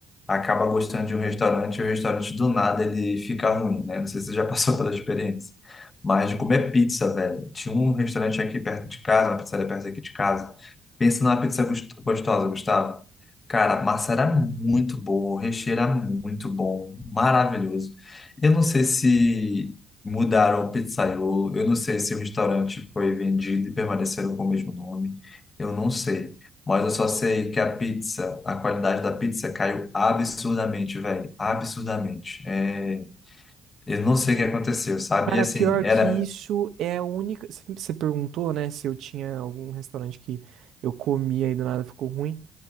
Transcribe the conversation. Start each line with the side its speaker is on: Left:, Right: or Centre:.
Left: acaba gostando de um restaurante e o restaurante do nada ele fica ruim, né? Não sei se você já <laughs> passou pela experiência. Mas de comer pizza, velho. Tinha um restaurante aqui perto de casa, uma pizzaria perto aqui de casa. Pensa numa pizza gos- gostosa, Gustavo. Cara, a massa era muito boa, o recheio era muito bom, maravilhoso. Eu não sei se mudaram o pizzaiolo, eu não sei se o restaurante foi vendido e permaneceram com o mesmo nome. Eu não sei. Mas eu só sei que a pizza, a qualidade da pizza caiu absurdamente, velho. Absurdamente. É, eu não sei o que aconteceu, sabe?
Right: Cara,
Left: E assim,
Right: pior
Left: era.
Right: que isso é a única. Você perguntou, né, se eu tinha algum restaurante que eu comia e do nada ficou ruim.